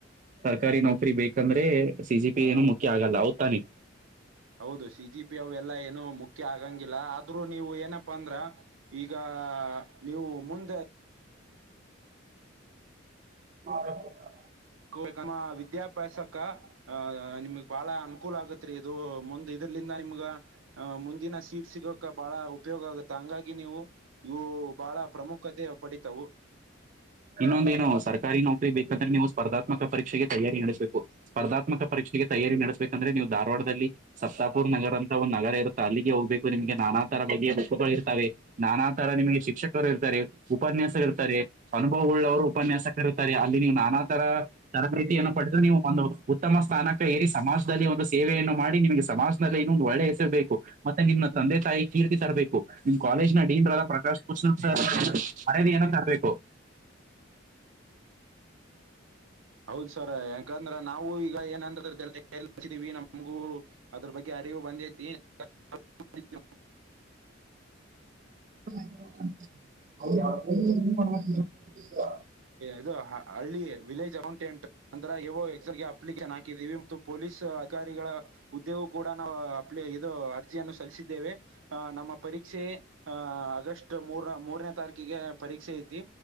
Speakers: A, on the right; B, on the right.
A: ಸರ್ಕಾರಿ ನೌಕರಿ ಬೇಕಂದ್ರೆ ಸಿಜಿ ಪಿ ಏನು ಮುಖ್ಯ ಆಗಲ್ಲ ಹೌದುತಾನೆ
B: ಹೌದು ಸಿ ಜಿ ಪಿ ಅವೆಲ್ಲಾ ಏನು ಮುಖ್ಯ ಆಗಂಗಿಲ್ಲಾ ಆದ್ರೂ ನೀವು ಏನಪ್ಪ ಅಂದ್ರ ಈಗ ನೀವು ಮುಂದ
A: <unintelligible>
B: ಕುವೇಕಾನ ವಿದ್ಯಾಭ್ಯಾಸಕ ಆಹ ನಿಮಗ್ ಬಾಳ ಅನುಕೂಲ ಆಗತ್ರಿ ಇದು ಮುಂದ್ ಇದರ್ಲಿಂದ ನಿಮ್ಗ ಅಹ ಮುಂದಿನ ಸೀಟ್ ಸಿಗೋಕ ಬಹಳ ಉಪಯೋಗ ಆಗುತ್ತೆ ಹಂಗಾಗಿ ನೀವು ಇವು ಬಹಳ ಪ್ರಮುಖತೆ ಪಡಿತಾವು
A: ಇನ್ನೊಂದೇಏನು ಸರ್ಕಾರಿ ನೌಕರಿ ಬೇಕಂದ್ರೆ ನೀವು ಸ್ಪರ್ಧಾತ್ಮಕ ಪರೀಕ್ಷೆಗೆ ತಯಾರಿ ನಡೆಸ್ಬೇಕು ಸ್ಪರ್ಧಾತ್ಮಕ ಪರೀಕ್ಷೆಗೆ ತಯಾರಿ ನಡೆಸ್ಬೇಕಂದ್ರೆ ನೀವು ಧಾರವಾಡದಲ್ಲಿ ಸತಾಪುರ್ ನಗರ ಅಂತ ಒಂದ್ ನಗರ ಇರುತ್ತೆ ಅಲ್ಲಿಗೆ ಹೋಗ್ಬೇಕು ನಿಮ್ಗೆ ನಾನಾ ತರ ಬಗೆಿಯ ಮುಖುಗಳು ಇರ್ತಾವೆ ನಾನಾ ತರ ನಿಮ್ಗೆ ಶಿಕ್ಷಕರು ಇರ್ತಾರೆ ಉಪನ್ಯಾಸರು ಇರ್ತಾರೆ ಅನುಭವ ಉಳ್ಳವರು ಉಪನ್ಯಾಸಕ ಇರುತಾರೆ ಅಲ್ಲಿ ನೀವುನಾನಾ ತರ ತರಬೇತಿಯನ್ನು ಪಡೆದು ನೀವು ಒಂದು ಉತ್ತಮ ಸ್ಥಾನಕ್ಕೆ ಏರಿ ಸಮಾಜದಲ್ಲಿ ಒಂದು ಸೇವೆಯನ್ನು ಮಾಡಿ ನಿಮಗೆ ಸಮಾಜದಲ್ಲಿ ನೊಂದು ಒಳ್ಳೆ ಬೇಕು ಮತ್ತೆ ನಿಮ್ಮ್ ತಂದೆ ತಾಯಿ ಕೀರ್ತಿ ತರಬೇಕು ನಿಮ್ ಕಾಲೇಜ್ ನ ಡೀನ್ಲ್ಲ ಪ್ರಕಾಶ್ ಪುಸ್ತಕ್ ಮರಿಯಾದೆ ಯನ್ನು ತರ ರ್ಬೇಕು
B: ಹೌದ ಸರ್ ಯಾಕಂದ್ರ ನಾವು ಈಗ ಏನಂದರ್ತಿವಿ ಹಚ್ಚಿದೀವಿ ನಮಗೂ ಅದ್ರ ಬಗ್ಗೆ ಅರಿವು ಬಂದೈತಿ ನಿತ್ಯವು
A: <unintelligible>
B: ಇದು ಹಳ್ಳಿ ವಿಲೇಜ್ ಅಕೊಂಟೆಂಟ ಅಂತರ ಯೋ ಎಕ್ಸನ್ಗೆ ಅಪ್ಲಿಕೇಶನ್ ಹಾಕಿದೀವಿ ಮತ್ತು ಪೊಲೀಸ್ ಅಧಿಕಾರಿಗಳ ಹುದ್ದೆಗೂ ಕೂಡ ನಾವು ಅಪ್ ಇದು ಅರ್ಜಿಯನ್ನು ಸಲ್ಲಿಸಿದ್ದೇವೆ ಆ ನಮ್ಮ ಪರೀಕ್ಷ ಕ್ಷೆ ಆ ಆಗಸ್ಟ್ ಮೂರ್ ಮೂರನೇ ತಾರೀಕಿಗೆ ಪರೀಕ್ಷೆ ಐತಿ